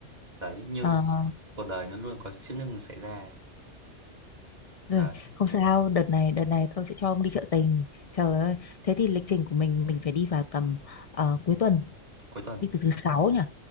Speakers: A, on the right; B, on the left.
A: Đấy, nhưng
B: ờ,
A: cuộc đời nó luôn có chữ nhưng xảy ra.
B: rồi,
A: Đấy,
B: không sao, đợt này đợt này tôi sẽ cho ông đi chợ tình. Trời ơi, thế thì lịch trình của mình mình phải đi vào tầm ờ, cuối tuần,
A: cuối tuần.
B: đi từ thứ sáu nhỉ?